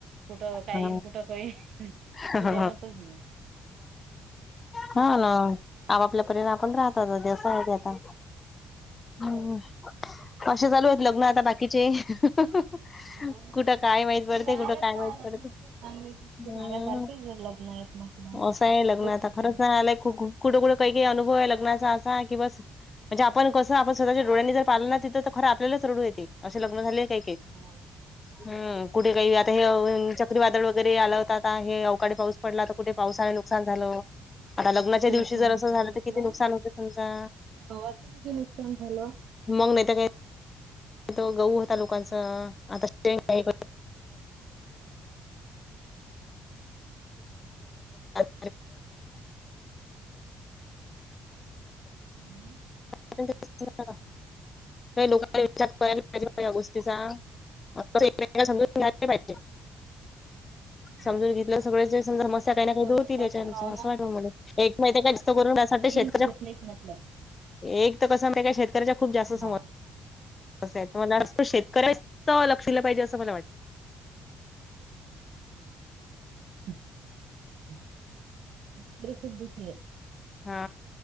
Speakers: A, on the right (about 75°); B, on the left (about 30°).
A: कुठं काहीन
B: हा
A: कुठं काही ते
B: हा
A: जमतच नाही.
B: हां, न आपापल्या परीनं आपण राहतात. ते सोया देता. हम,
A: हो.
B: कसे चालू आहेत लग्न आता बाकीचे? <unintelligible>
A: हो ना
B: कुठं काय माहित पडते,
A: नाही आहेत
B: कुठं काय
A: ना
B: माहित
A: लग्न
B: पडते
A: खूप चांगले खूप
B: हम्म.
A: सांगासारखेच लग्न आहेत म्हटलं.
B: असं आहे लग्न
A: खूप
B: आता
A: ठिकाणी.
B: खरोखर आलय कुठं कुठं काही काही अनुभव आहे लग्नाचा असा की बस! म्हणजे आपण कसं आपण स्वतःच्या डोळ्यांनी जर पाहिलं ना तिथं खरा आपल्यालाच रडू येते. असे लग्न झाले काय काय.
A: हो, ये.
B: हम्म, कु कुठे काही आता हे चक्रीवादळ वगैरे आलं होत आता हे अवकाळी पाऊस पडला तर कुठे पावसाने नुकसान झालं. आता लग्नाच्या
A: किती
B: दिवशी
A: नुकसान
B: जर असं झालं
A: म्हटलं
B: तर किती नुकसान होत तुमका?
A: गव्हाचं किती नुकसान झालं.
B: मग नाही तर काय.
A: <inaudible>
B: तो गहू होता लोकांचा, आता पेर काय <unintelligible> <unintelligible>
A: <unintelligible>
B: <unintelligible> <inaudible> का लोकांला विचार करायला पाहिजे या गोष्टीचा <unintelligible> <inaudible> समजून घ्यायला पायजे. समजून
A: हो.
B: घेतला तर सगळ्या सम समस्या काही ना
A: एकामेकांच्या
B: काय दूर होतील याच्यानुसार
A: भावना
B: असं वाटत मला एक माहित ये का जास्त करून यासाठी शेत
A: येत नाहीत म्हटलं.
B: एक तर कसं माहित हाय का शेतकऱ्याच्या खूप जास्त
A: हो
B: सम तसं आहे तर मला असा शेतकऱ्याच लक्ष दिलं पाहिजे असं मला वाटत. <unintelligible> <inaudible>
A: शेतकरी खूप दुखी ये.
B: हा